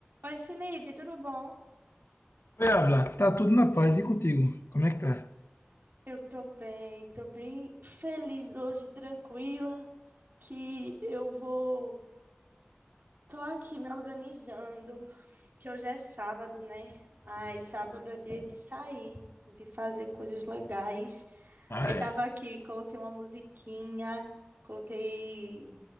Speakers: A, on the right (about 50°); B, on the left (about 75°).
A: Oi, Felipe, tudo bom?
B: Oi, Avla, tá tudo na paz e contigo? Como é que tá?
A: Eu tô bem, tô bem feliz hoje, tranquila, que eu vou. Tô aqui me organizando, que hoje é sábado, né? Aí, sábado é dia de sair, de fazer coisas legais.
B: Ah,
A: Aí,
B: é.
A: tava aqui, coloquei uma musiquinha, coloquei.